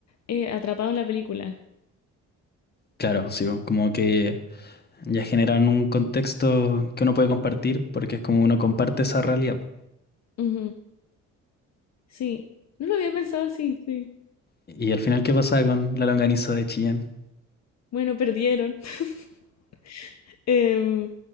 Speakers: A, on the left; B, on the left.
A: eh, atrapado en la película.
B: Claro, sí, bo, como que ya generan un contexto que uno puede compartir porque es como uno comparte esa realidad. bo.
A: Ujú, Sí, no lo había pensado así, sí.
B: Y al final, ¿qué pasa con la longaniza de Chillán?
A: Bueno, perdieron. <laughs> Em,